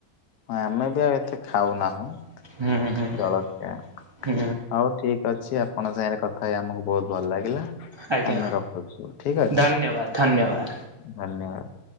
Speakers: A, on the left; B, on the right.
A: ହ ଆମେ ବି ଆଉ ଏତେ ଖାଉନାହୁଁ।
B: ହୁଁ ହୁଁ
A: ଜଳଖିଆ।
B: ହଁ।
A: ହଉ ଠିକ୍ ଅଛି ଆପଣଙ୍କ ସାଙ୍ଗରେ କଥା ହେଇ ଆମକୁ ବହୁତ ଭଲ ଲାଗିଲା।
B: ଆଜ୍ଞା
A: ଆମେ ରଖଛୁ ଠିକ ଅଛି
B: ଧନ୍ୟବାଦ ଧନ୍ୟବାଦ।
A: ଧନ୍ୟବାଦ।